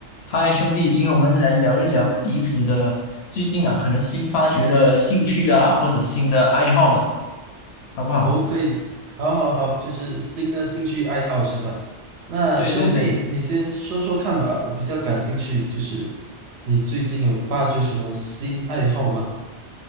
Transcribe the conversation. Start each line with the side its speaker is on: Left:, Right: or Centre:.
Left: 嗨，兄弟，今天我们来聊一聊彼此的最近啊，可能新发掘的兴趣啊，或者新的爱好吧，好不好？
Right: 哦，可以，好好好，就是新的兴趣爱好是吧？那兄弟，
Left: 对对对，
Right: 你先说说看吧，我比较感兴趣，就是你最近有发掘什么新爱好吗？